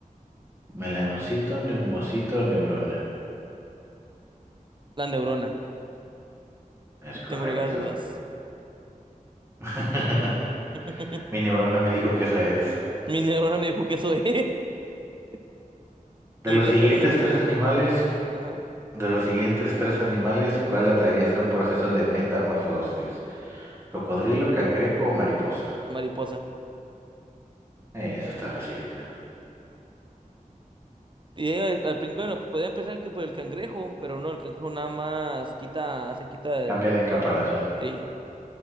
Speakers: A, on the right (about 20°); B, on the right (about 35°).
A: Melanocito, neumocito, neurona.
B: la neurona,
A: Es
B: no tengo
A: correcto.
B: lugar a dudas.
A: <laughs>
B: <laughs>
A: Mi neurona me dijo que esa es.
B: Mi neurona me dijo que eso es. <laughs>
A: De
B: Y
A: los
B: yo le
A: siguientes
B: creo a mi neurona.
A: tres animales,
B: Ajá,
A: de los siguientes tres animales, ¿cuál atraviesa un proceso de metamorfosis? ¿Cocodrilo, cangrejo o mariposa?
B: mariposa.
A: Eh, esa está facilita.
B: Y ella, al prin- bueno, podían pensar que por el cangrejo, pero no, el cangrejo nada más quita, se quita
A: Cambia
B: el.
A: de caparazón.
B: Sí.